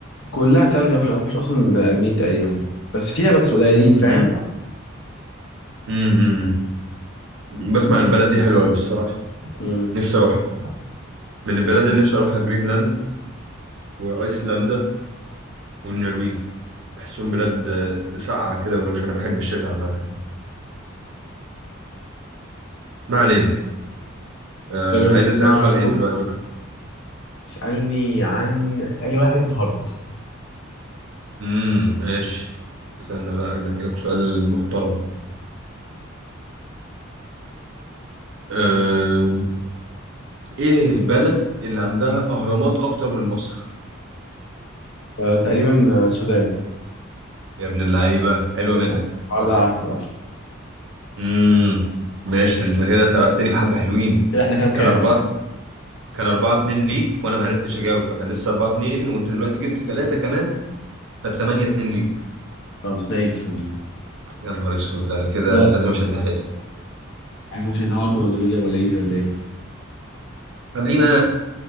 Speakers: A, on the left (about 65°); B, on the right (about 65°).
A: كلها تلج ما فيهاش ما فيهاش اصلا بني ادمين تقريبا بس فيها بس قليلين فاهم
B: مم. امم أمم. بسمع إن البلد دي حلوة أوي الصراحة
A: امم
B: نفسي أروحها من البلد اللي نفسي أروحها جرينلاند وأيسلندا والنرويج بحسهم بلاد آه، ساقعة كده ولو مش أنا بحب الشتاء عامة ما علينا آه
A: طيب يلا
B: عايز أسألك
A: ما
B: سؤال إيه دلوقتي؟
A: اسالني عن اسالني واحد هارد
B: امم ماشي استنى بقى أنقي لك سؤال محترم آه إيه البلد اللي عندها أهرامات أكتر من مصر؟
A: آه تقريبا آه، السودان
B: يا ابن اللعيبة حلوة
A: النهارده
B: منك صح
A: عارفه عارفه
B: امم ماشي انت كده سبقتني بحبة حلوين
A: كده احنا كام كام
B: كان أربعة كان أربعة اتنين ليك وأنا ما عرفتش أجاوب فكان لسه أربعة اتنين وأنت دلوقتي جبت تلاتة كمان فتمانية اتنين ليك
A: طب زي الفل
B: يا نهار أسود ده أنا كده
A: دول
B: لازم أشد حيلي
A: عايز واحد هارد ولا ميديوم ولا ايزي ولا ايه
B: خلينا